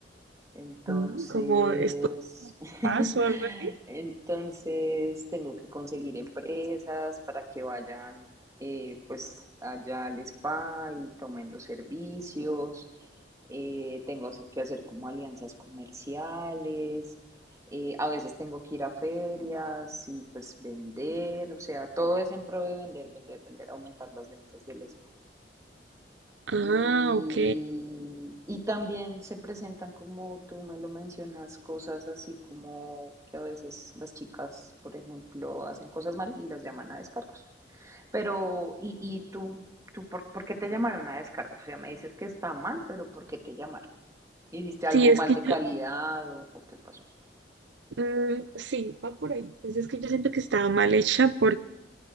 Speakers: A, on the right; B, on the right.
A: Entonces,
B: Mm, Como esto,
A: <laughs>
B: Paz o algo así.
A: entonces tengo que conseguir empresas para que vayan eh, pues allá al spa y tomen los servicios. Eh, tengo que hacer como alianzas comerciales. eh, a veces tengo que ir a ferias y pues vender. O sea, todo es en pro de vender, vender, vender, aumentar las ventas del spa.
B: Ah,
A: Y,
B: ok.
A: y también se presentan, como tú me lo mencionas, cosas así como que a veces las chicas, por ejemplo, hacen cosas mal y las llaman a descargos. Pero, ¿y, y tú, tú por, por qué te llamaron a descargos? O sea, me dices que está mal, pero ¿por qué te llamaron? ¿Hiciste algo
B: Sí, es
A: mal
B: que
A: de
B: yo
A: calidad o, o qué pasó?
B: Mm, sí, va por ahí. Pues es que yo siento que estaba mal hecha porque,